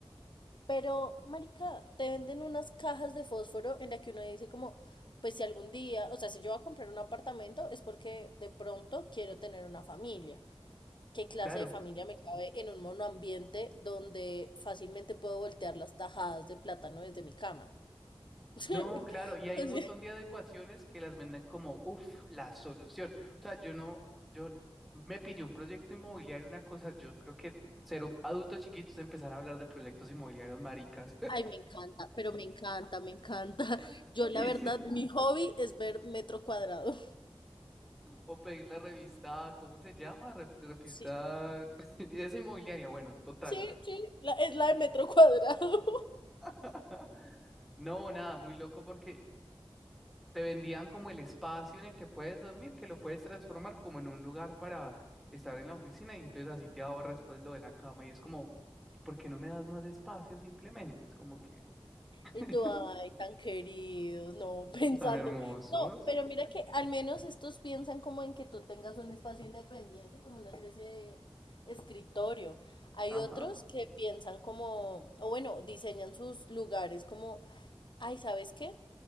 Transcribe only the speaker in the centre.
claro.
No, claro, y hay
un
montón de adecuaciones que las venden como, uff, la solución. O sea, yo no, yo me pillé un proyecto inmobiliario, una cosa, yo creo que ser un adulto chiquito es empezar a hablar de proyectos inmobiliarios maricas
<laughs>
y,
o pedir la revista, ¿cómo se llama? Re- revista,
<laughs> esa inmobiliaria, bueno, total.
<laughs> No, nada, muy loco porque te vendían como el espacio en el que puedes dormir, que lo puedes transformar como en un lugar para estar en la oficina y entonces así te ahorras pues lo de la cama y es como, ¿y por qué no me das más espacio simplemente? Es como que <laughs>
tan hermosos.
Ajá.